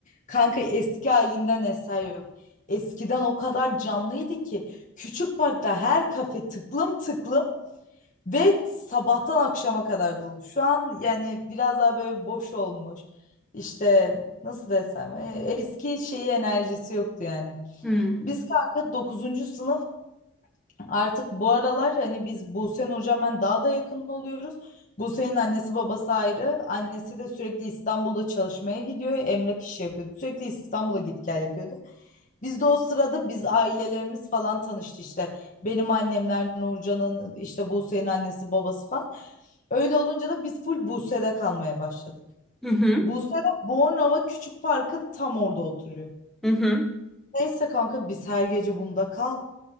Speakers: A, on the left; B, in the centre.
A: Kanka eski halinden eser yok. Eskiden o kadar canlıydı ki küçük parkta her kafe tıklım tıklım Ve sabahtan akşama kadar dolu. Şu an yani biraz daha böyle boş olmuş. İşte nasıl desem e, eski şeyi enerjisi yoktu yani.
B: Hmm.
A: Biz kanka dokuzuncu sınıf Artık bu aralar hani biz Buse'nin hocam ben daha da yakın oluyoruz. Buse'nin annesi babası ayrı. Annesi de sürekli İstanbul'da çalışmaya gidiyor. Emlak işi yapıyordu. Sürekli İstanbul'a git gel yapıyordu. Biz de o sırada biz ailelerimiz falan tanıştı işte. Benim annemler Nurcan'ın işte Buse'nin annesi babası falan. Öyle olunca da biz full Buse'de kalmaya başladık.
B: Hı hı.
A: Buse de Bornova Küçük Park'ın tam orada oturuyor.
B: Hı hı.
A: Neyse kanka biz her gece bunda kal.